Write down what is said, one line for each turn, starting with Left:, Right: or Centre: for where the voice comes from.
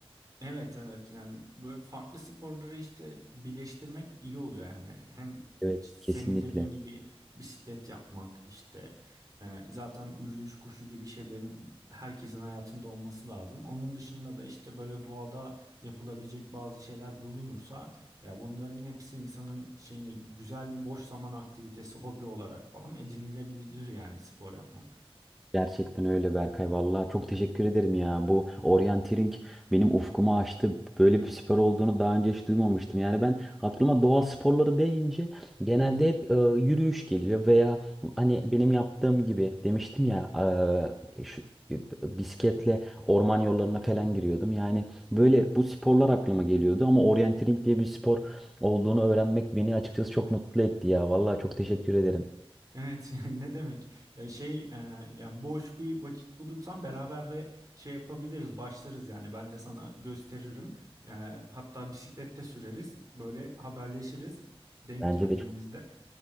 Right: Evet evet yani böyle farklı sporları işte birleştirmek iyi oluyor yani hem
Centre: Evet
Right: işte senin
Centre: kesinlikle.
Right: dediğin gibi bisiklet yapmak işte e, zaten yürüyüş koşu gibi şeylerin herkesin hayatında olması lazım. Onun dışında da işte böyle doğada yapılabilecek bazı şeyler bulunursa ya bunların hepsi insanın şeyini güzel bir boş zaman aktivitesi hobi olarak falan edinilebilir yani spor yapmak.
Centre: Gerçekten öyle Berkay. Vallahi çok teşekkür ederim ya. Bu oryanteering benim ufkumu açtı. Böyle bir spor olduğunu daha önce hiç duymamıştım. Yani ben aklıma doğa sporları deyince genelde hep e, yürüyüş geliyor veya hani benim yaptığım gibi demiştim ya e, şu e, bisikletle orman yollarına falan giriyordum. Yani böyle bu sporlar aklıma geliyordu ama oryanteering diye bir spor olduğunu öğrenmek beni açıkçası çok mutlu etti ya. Vallahi çok teşekkür ederim.
Right: Evet <laughs> yani ne demek? Ya şey e, yani boş bir vakit bulursan beraber de şey yapabiliriz, başlarız yani. Ben de sana gösteririm. E, hatta bisiklette süreriz. Böyle haberleşiriz denk
Centre: Bence
Right: geldiğimizde.
Centre: de